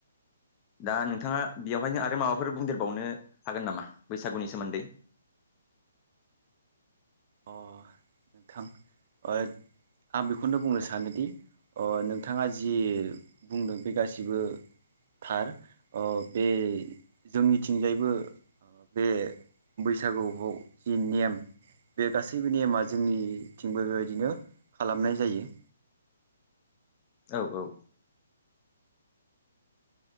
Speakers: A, on the left; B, on the right.
A: दा नोंथाङा बेवहायनो आरो माबाफोर बुंदेरबावनो हागोन नामा बैसागुनि सोमोन्दै? <inaudible>
B: अ
A: <inaudible>
B: नोंथां औत आं बेखौनो बुंनो सानोदि अ नोंथाङा जि बुंदों बे गासिबो थार अ बे जोंनिथिंजायबो बे बैसागुखौ जि नेम बे गासैबो नेमा जोंनिथिंबो बेबायदिनो खालामनाय जायो।
A: औ औ।